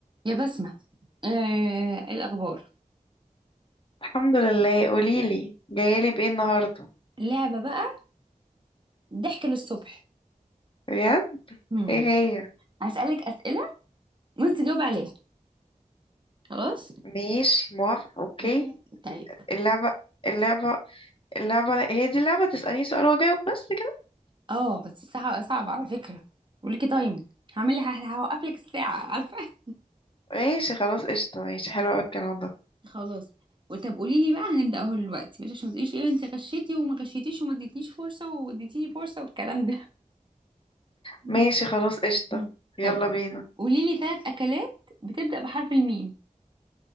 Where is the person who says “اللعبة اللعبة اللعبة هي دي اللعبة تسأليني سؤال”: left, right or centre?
Left